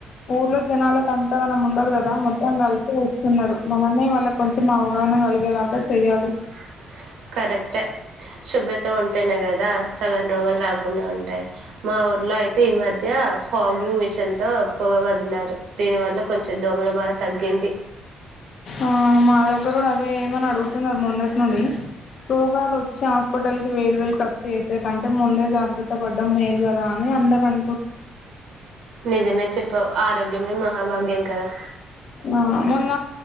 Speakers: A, on the left; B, on the right.
A: ఊర్లో జనాలకు అంతగానం ఉండదు కదా మొత్తం కలిపి ఉప్తున్నారు మనమే వాళ్ళకి కొంచెం అవగా <unintelligible> కలిగేలాగా చెయ్యాలి
B: అ కరెక్ట్ ఎ శుభ్రత ఉంటేనే కదా సగ్గం రోగాలు రాకుండా ఉంటాయి మా ఊర్లో అయితే ఈ మధ్య ఫాగ్గింగ్ మిషన్ తో పొగ వదిలారు దీని వల్ల కొంచెం దోమల బాధ తగ్గింది
A: ఆ దెగ్గర కూడా అదే ఏమని అడుగు చెప్తున్నారు మొన్నట్ నుండి రోగాలు వచ్చా రోగాలు వేలు వేలు ఖర్చు చేసే కంటే ముందే జాగ్రత్త పడ్డం మేలు కదా అని అందరం
B: నిజమే చెప్పవు ఆరోగ్యమే మహాభాగ్యం కదా
A: ఆ మొన్న